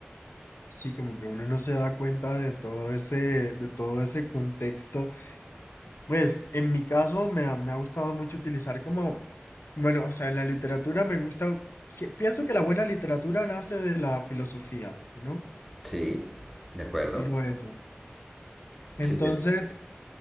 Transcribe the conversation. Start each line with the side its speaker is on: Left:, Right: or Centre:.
Left: sí, como que uno no se da cuenta de todo ese, de todo ese contexto. Pues en mi caso me, ha- me ha gustado mucho utilizar como Bueno, o sea, en la literatura me gusta, sí, pienso que la buena literatura nace de la filosofía, ¿no?
Centre: Sí, de acuerdo.
Left: Opino eso. Entonces,
Centre: Sí,